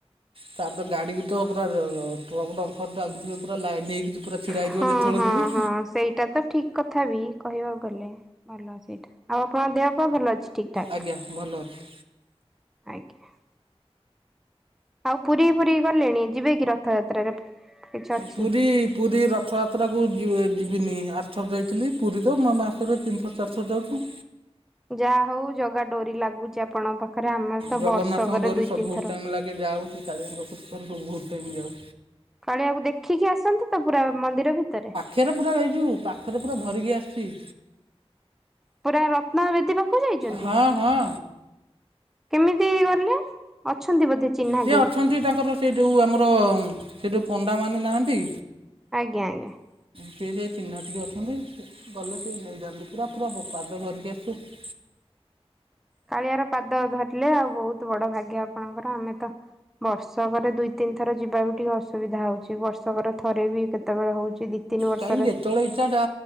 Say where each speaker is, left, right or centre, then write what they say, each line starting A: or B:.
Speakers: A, on the right (about 60°); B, in the centre.
A: ତାପରେ ଗାଡିବିତ ପୁରା ଟ୍ରକ୍ ଡମ୍ଫର ଚାଲିଥିବେ ପୁରା ଲାଇନ ହେଇକି। ପୁରା ଛିଡ଼ା ହେଇଥିବ
B: ହଁ
A: ଯେତେବେଳେ
B: ହଁ
A: ଯିବେ।
B: ହଁ ସେଇଟା ତ ଠିକ କଥା ବି କହିବାକୁ ଗଲେ ଭଲ ସେଇଟା ଆଉ ଆପଣଙ୍କ ଦେହ ପା ଭଲ ଅଛି? ଠିକ ଠାକ?
A: ଆଜ୍ଞା ଭଲ ଅଛି?
B: ଆଜ୍ଞା। ଆଉ ପୁରୀ ଫୁରୀ ଗଲେଣି ଯିବେ କି ରଥଯାତ୍ରାରେ? କିଛି ଅଛି।
A: ପୁରୀ ପୁରୀ ରଥଯାତ୍ରାକୁ ଯିବିନି ଆରଥର ଯାଇଥିଲି ପୁରୀ ତ ମାସକୁ ତିନିଥର, ଚାରିଥର ଯାଉଛୁ।
B: ଯାହା ହଉ ଜଗା ଡୋରି ଲାଗୁଛି ଆପଣଙ୍କ ପାଖରେ ଆମର ତ
A: ଜଗନ୍ନାଥଙ୍କ
B: ବର୍ଷକରେ
A: ଡୋରି
B: ଦୁଇ,
A: ସବୁ
B: ତିନି
A: ବହୁତ
B: ଥର
A: ଟାଇମ୍ ଲାଗେ ଯାଉ। କାଳିଆର ଦର୍ଶନ ବହୁତ୍ ଟାଇମ୍ ଯାଉ।
B: କାଳିଆକୁ ଦେଖିକି ଆସନ୍ତି ତ ପୁରା ମନ୍ଦିର ଭିତରେ?
A: ଖରେ ପୁରା ଏଇଯଉ ପାଖରେ ପୁରା ଧରିକି ଆସିଛି।
B: ପୁରା ରତ୍ନ ବେଦୀ ପାଖକୁ ଯାଇଛନ୍ତି,
A: ହଁ ହଁ
B: କେମିତି ଗଲେ? ଅଛନ୍ତି ବୋଧେ ଚିହ୍ନା?
A: ସିଏ
B: କେହି
A: ଅଛନ୍ତି ତାଙ୍କର ସେ ଯଉ ଆମର ସେ ଯଉ ପଣ୍ଡା ମାନେ ନାହାଁନ୍ତି।
B: ଆଜ୍ଞା ଆଜ୍ଞା।
A: ଯିଏ ସେ ଚିହ୍ନା ଟିକେ ଅଛନ୍ତି ଗଲେ ସିଏ ନେଇଯାଆନ୍ତି ପୁରା ପୁରା ପାଦ ଧରିକି ଆସିଥିଲୁ।
B: କାଳିଆର ପାଦ ଧରିଲେ ଆଉ ବହୁତ ବଡ ଭାଗ୍ୟ ଆପଣଙ୍କର ଆମେ ତ ବର୍ଷକରେ ଦୁଇ ତିନି ଥର ଯିବା ବି ଟିକେ ଅସୁବିଧା ହଉଛି ବର୍ଷକର ଥରେ ବି କେତେବେଳେ ହଉଛି ତିନି ବର୍ଷରେ
A: କାହିଁ ଯେତେବେଳେ ଇଛା